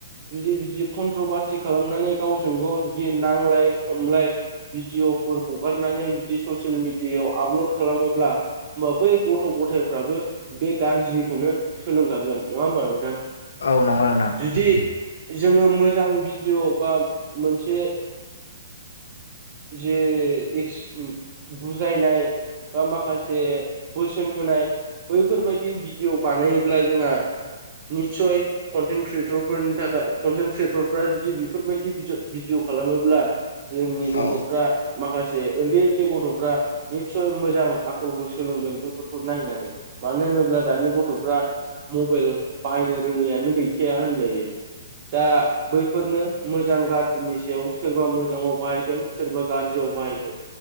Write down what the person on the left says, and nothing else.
अ नंगो नोंथां।
औ